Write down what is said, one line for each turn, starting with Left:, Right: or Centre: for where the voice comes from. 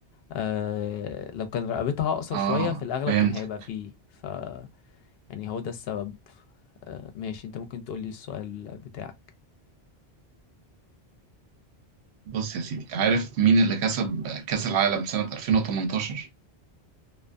Left: آه لو كان رقبتها اقصر
Right: آه
Left: شوية في الاغلب
Right: فهمت
Left: كان هيبقى فيه ف يعني هو ده السبب آه ماشي انت ممكن تقول لي السؤال بتاعك
Right: بص يا سيدي عارف مين اللي كسب كأس العالم سنة 2018؟